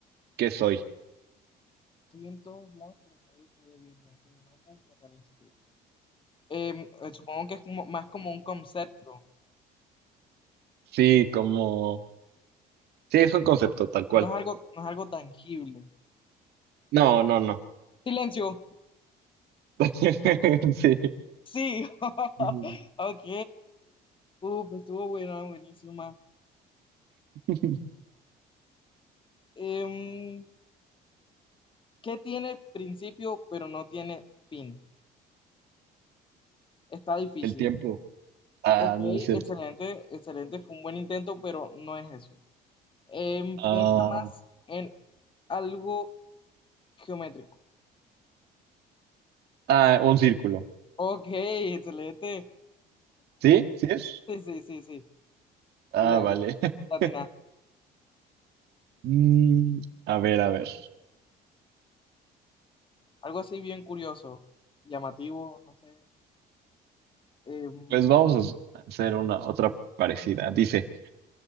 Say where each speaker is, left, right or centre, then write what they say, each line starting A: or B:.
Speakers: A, on the right; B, on the left.
A: ¿Qué soy?
B: <laughs> Estoy en todos lados, pero nadie puede verme. Si me nombras, desaparezco. Em, eh, supongo que es como- más como un concepto.
A: Sí, como... Sí, es un concepto tal cual.
B: No es algo, no es algo tangible.
A: No, no, no.
B: Silencio.
A: <laughs> Sí.
B: Sí. <laughs>
A: Mm.
B: Ok. Uf, estuvo buena, buenísima.
A: <laughs>
B: Em, Qué tiene principio pero no tiene fin. Está difícil.
A: El tiempo. Ah,
B: Ok,
A: no no es cierto.
B: excelente, excelente, fue un buen intento, pero no es eso. Em,
A: Ah,
B: piensa más en algo geométrico.
A: ah, un círculo.
B: Ok, excelente.
A: ¿Sí? ¿Sí es?
B: Sí, sí, sí, sí.
A: Ah,
B: Le,
A: vale.
B: le- le
A: <laughs>
B: atinaste.
A: Mm, a ver, a ver.
B: Algo así bien curioso, llamativo, no sé. Em,
A: Pues vamos a hacer una otra parecida. Dice,